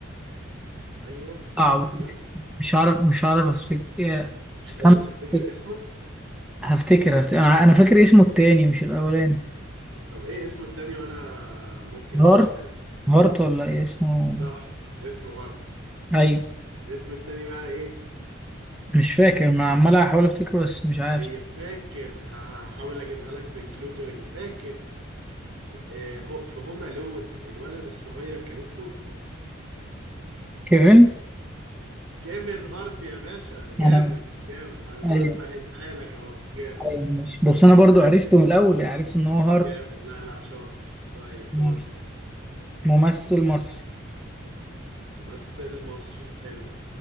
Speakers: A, on the right; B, in the centre.
A: ايوه
B: صعب
A: كمل يلا
B: مش عارف مش عارف افتكر آه،
A: مش
B: استنى
A: قادر
B: هفتكر
A: تفتكر اسمه
B: هفتكر هفتكر. انا أنا فاكر اسمه التاني مش الاولاني
A: طب ايه اسمه التاني وانا ممكن امشيها
B: هارت
A: لك
B: هارت ولا إيه اسمه
A: صح اسمه هارت
B: ايوه
A: الاسم التاني بقى ايه
B: مش فاكر ما عمال احاول افتكره بس مش عارف
A: طيب فاكر ه- هحاول اجيبها لك من كلو تاني فاكر آه، هو- في هوم لون الولد الصغير كان اسمه
B: كيفن
A: كيفن هارت يا باشا جامد
B: آه،
A: جامد هز-
B: ايوه
A: سهلتها لك اهو جامد
B: ايوه مش بس انا برضو
A: قد الدنيا
B: عرفته من الاول يعني عرفت ان هو هارت
A: جامد لا لا شاطر طيب
B: ماشي.
A: دورك
B: ممثل مصري
A: ممثل مصري حلو